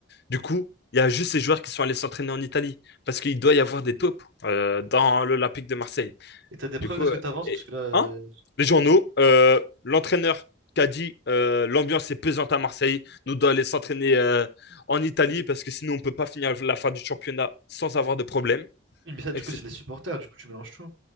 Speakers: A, on the left; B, on the right.
A: Du coup, il y a juste ces joueurs qui sont allés s'entraîner en Italie parce qu'il doit y avoir des taupes euh, dans l'Olympique de Marseille.
B: Et t'as des
A: Du
B: preuves
A: coup,
B: de ce
A: euh,
B: que t'avances,
A: et-
B: parce que là, euh,
A: hein? Les journaux, euh, l'entraîneur qui a dit euh, l'ambiance est pesante à Marseille, nous devons aller s'entraîner euh, en Italie parce que sinon on ne peut pas finir la fin du championnat sans avoir de problème.
B: oui, mais ça, du
A: etc.
B: coup, c'est les supporters. Du coup, tu mélanges tout.